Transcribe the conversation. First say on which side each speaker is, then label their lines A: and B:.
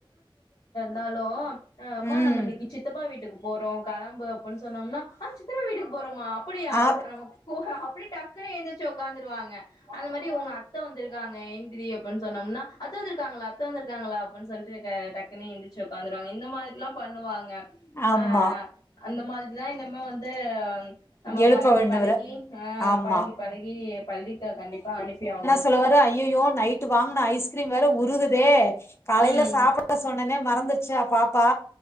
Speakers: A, on the left (about 65°); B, on the left (about 30°).
A: தாலு அ அம்மா
B: ம்
A: நாம இன்னிக்கு சித்தப்பா வீட்டுக்கு போறோ கலம்பு அப்டின்னு சொன்னோம்னா அ சித்ரா வீட்டுக்கு போறோமா அப்டியா
B: ஆ
A: அ போகலா அப்டி டக்குனு எந்துருச்சி வொக்கா வொக்காந்துருவாங்க அந்த மாரி உங்க அத் அத்த வந்திருக்காங்க எந்திரி அப்டின்னு சொன்னோம்னா அத்த வந்திருக்காங்களா அத்த வந்திருக்காங்களா அப்டின்னு சொல்லிட்டு என டக்குன்னு எந்திரச்சு வொக்காந்துருவாங்க இந்த மாரி எல்லா பண்ணுவாங்க
B: ஆமா
A: அ அந்த மாரி இதா இன்னமே வந்து நம்ம
B: எழுப்ப
A: பழகி
B: வேணுற
A: பழகி ஆ
B: ஆமா
A: பழகி பழகி பள்ளிக்கு கண்டிப்பா அனுப்பி ஆகணு
B: இதுல வர்ற ஐயோயோ நைட்டு வாங்குன ஐஸ்கிரீம் வேற உருகுதே காலையில
A: ம்
B: சாப்பிட சொன்ன எனே மறந்துட் ச்சா பாப்பா